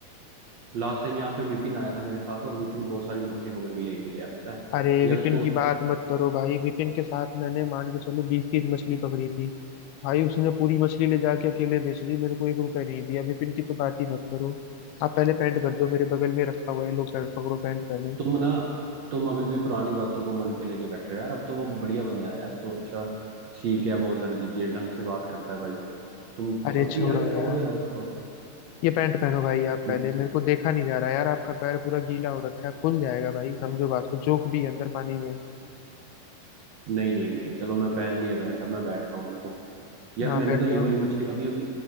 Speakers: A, on the right; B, on the left.
A: लास्ट टाइम यहाँ पे विपिन आया था मेरे साथ और विपिन बहुत सारी मछली पकड़ के लेके गया पता है
B: अरे
A: यार
B: विपिन
A: उसको
B: की बात मत करो भाई विपिन के साथ मैंने मान के चलो बीस तीस मछली पकड़ी थी भाई उसने पूरी मछली ले जाके अकेले बेच दी मेरे को एक रुपए नहीं दिया विपिन की तो बात ही मत करो आप पहले पैंट बदलो मेरे बगल में रखा हुआ है लो पैंट पकड़ो पैंट पहनो
A: तुम ना तुम अभी भी पुरानी बातों को मन पे लेके बैठे हो यार अब तो वो बढ़िया बंदा है अब तो अच्छा सीख गया बहुत सारी चीजें ढंग से बात करता है भाई तुम
B: अरे
A: अब भी
B: छोड़ो
A: यार छोड़ो
B: यार
A: यार उसको
B: ये पैंट पहनो भाई आप
A: तुम
B: पहले मेरे को देखा नहीं जा रहा यार आपका पैर पूरा गीला हो रखा है फूल जाएगा भाई समझो बात को जोक भी है अंदर पानी में
A: नहीं नहीं नहीं चलो मैं पहन ली इवेंट अब मैं बैठ रहा हूँ रुको यार
B: हाँ
A: मैंने
B: बैठ
A: तो ये
B: जाओ
A: वाली मछली अभी अभी